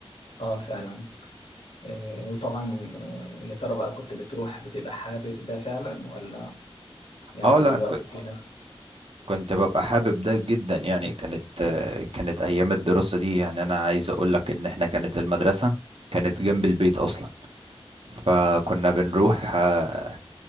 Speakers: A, on the left; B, on the right.
A: اه فعلا آه، وطبعا آه، يا ترى بقى كنت بتروح بتبقى حابب ده فعلا ولا يعني
B: اه لا
A: دلوقتي
B: كنت
A: في ناس
B: كنت ببقى حابب ده جدا يعني كانت آه، كانت ايام الدراسة دي يعني انا عايز اقول لك ان احنا كانت المدرسة كانت جنب البيت اصلا فكنا بنروح آه،